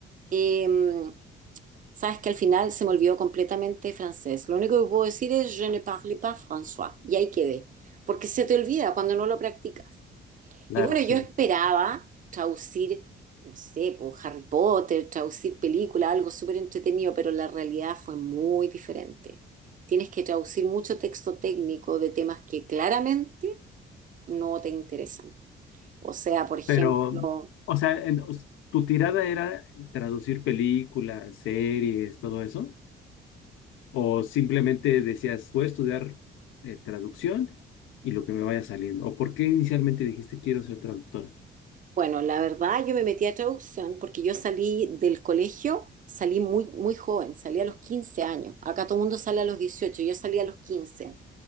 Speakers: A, on the right; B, on the left.
A: eh, Sabes que al final se me olvidó completamente francés. Lo único que puedo decir es je ne parle pas François. Y ahí quedé. Porque se te olvida cuando no lo practicas.
B: Claro,
A: Y bueno,
B: sí.
A: yo esperaba traducir, no sé, por Harry Potter, traducir película, algo súper entretenido, pero la realidad fue muy diferente. Tienes que traducir mucho texto técnico de temas que claramente no te interesan. O sea, por ejemplo,
B: Pero, o sea, en- o s- tu tirada era traducir películas, series, todo eso. O simplemente decías, voy a estudiar eh, traducción y lo que me vaya saliendo. ¿O por qué inicialmente dijiste quiero ser traductora?
A: Bueno, la verdad yo me metí a traducción porque yo salí del colegio, salí muy, muy joven, salí a los 15 años. Acá todo el mundo sale a los 18, yo salí a los 15.